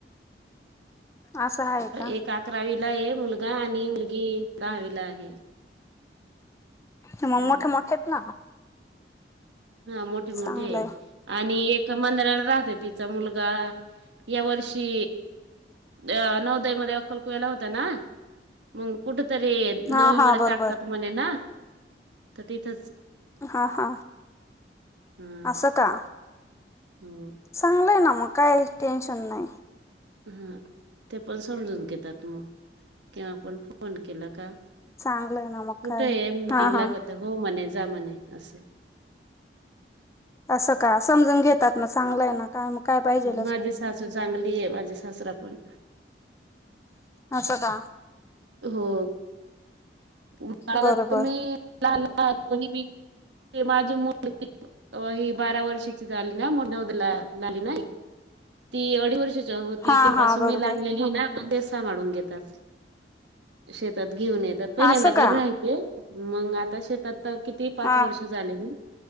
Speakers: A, on the left; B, on the right.
A: असं आहे का?
B: एक अकरावीला आहे मुलगा आणि मुलगी दहावीला आहे
A: मंग
B: हं,
A: मोोठे मोठेत ना
B: हा मोठे मोठे
A: चांगलंय.
B: आणि एक का मंदराला राहते तिचा मुलगा या वर्षी अ नवदयामध्येध्ये अक्कल कु वला होत ना मग कुठ त नवी
A: हा हा
B: मध्ये
A: बरोबर.
B: टाकत त म्हणे ना तर तिथ
A: हा हा
B: हा
A: असं का
B: हो
A: चांगलंय ना मग काय टेन्शन नाही
B: हा ते पण समजून घेतात मग किव्हा पण फोन केला का
A: चांगलंय ना मग
B: कुठं
A: काय.
B: आहे मीटिंग
A: हा
B: ला
A: हा.
B: करता हो म्हणे जा म्हणे असं
A: असं का समजून घेत ात ना चांगलाय ना काय काय पाहिजे
B: माझी सासू चांगली आहे माझे सासरा पण
A: अचछा का
B: होला
A: बरोबर
B: मीला मी माझी मु ही बारा वर्षीची झाली ना लाली नाही ती अडीच वर्षाची होती
A: हा
B: ते
A: हा
B: पासून
A: बरोबर
B: मी लागलेली ना ते सांभाळून घेतात शेतात घेऊन येतात पहिल्यांदा
A: असं
B: घर
A: का
B: राहाचे मग आता शेतात किती पाच
A: हा
B: वर्ष झाले ना